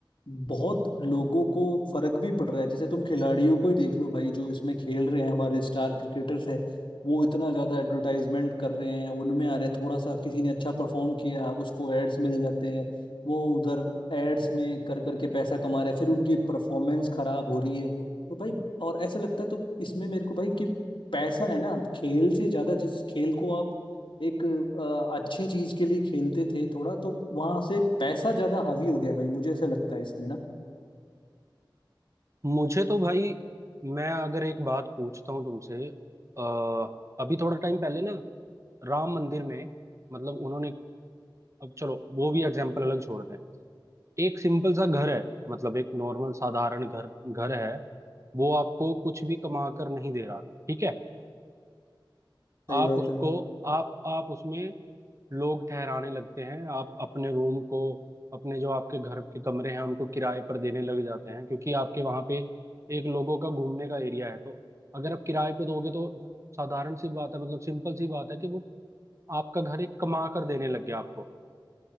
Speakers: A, on the left; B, on the right.
A: बहुत लोगों को फर्क भी पड़ रहा है जैसे तुम खिलाड़ियों को ही देख लो भाई जो इसमें खेल रहे हैं हमारे स्टार क्रिकेटर्स है वो इतना ज्यादा एडवर्टाइजमेंट कर रहे हैं उनमें आ रहे हैं थोड़ा सा किसी ने अच्छा परफॉर्म किया उसको एड्स मिल जाते हैं वो उधर एड्स में कर करके पैसा कमा रहे हैं फिर उनकी परफॉर्मेंस खराब हो रही है तो भाई और ऐसे लगता है तो इसमें मेरे को भाई कि पैसा है ना खेल से ज्यादा जिस खेल को आप एक अ, अच्छी चीज के लिए खेलते थे थोड़ा तो वहां से पैसा ज्यादा हावी हो गया है भाई मुझे ऐसे लगता है इसमें ना
B: मुझे तो भाई मैं अगर एक बात पूछता हूँ तुमसे अ, अभी थोड़ा टाइम पहले ना राम मंदिर में मतलब उन्होंने अब चलो वो भी एग्जाम्पल अलग छोड़ते हैं एक सिंपल सा घर है मतलब एक नॉर्मल साधारण घर घर है वो आपको कुछ भी कमा कर नहीं दे रहा ठीक है
A: सही
B: आप
A: बात
B: उसको
A: है
B: आप आप उसमें लोग ठहराने लगते हैं आप अपने रूम को अपने जो आपके घर के कमरे हैं उनको किराए पर देने लग जाते हैं क्योंकि आपके वहां पे एक लोगों का घूमने का एरिया है तो अगर आप किराए पे दोगे तो साधारण सी बात है मतलब सिंपल सी बात है कि वो आपका घर एक कमा कर देने लग गया आपको